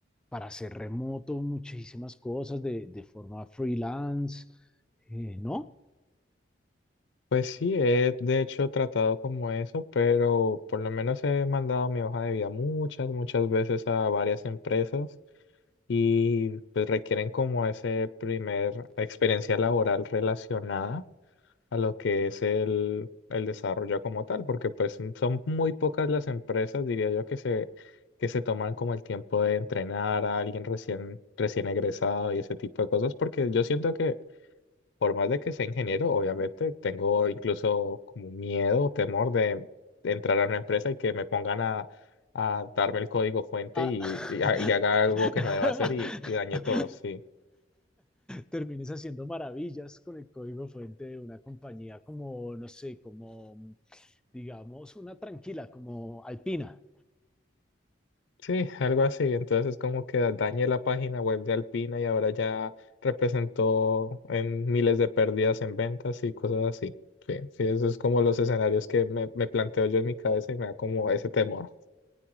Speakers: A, in the centre; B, on the left.
A: para hacer remoto, muchísimas cosas de, de forma freelance, eh, ¿no?
B: Pues sí, he de hecho tratado como eso, pero por lo menos he mandado mi hoja de vida muchas, muchas veces a varias empresas y pues requieren como ese primer experiencia laboral relacionada. a lo que es el, el desarrollo como tal, porque pues m- son muy pocas las empresas, diría yo, que se, que se toman como el tiempo de entrenar a alguien recién, recién egresado y ese tipo de cosas, porque yo siento que por más de que sea ingeniero, obviamente tengo incluso como miedo o temor de, entrar a una empresa y que me pongan a, a darme el código fuente
A: Ah.
B: y,
A: <laughs>
B: y, ha- y haga algo que no deba hacer y, y dañe todo, sí.
A: Termines haciendo maravillas con el código fuente de una compañía como, no sé, como, digamos, una tranquila, como Alpina.
B: Sí, algo así. Entonces como que dañé la página web de Alpina y ahora ya representó en miles de pérdidas en ventas y cosas así. Sí, sí, eso es como los escenarios que me, me planteo yo en mi cabeza y me da como ese temor.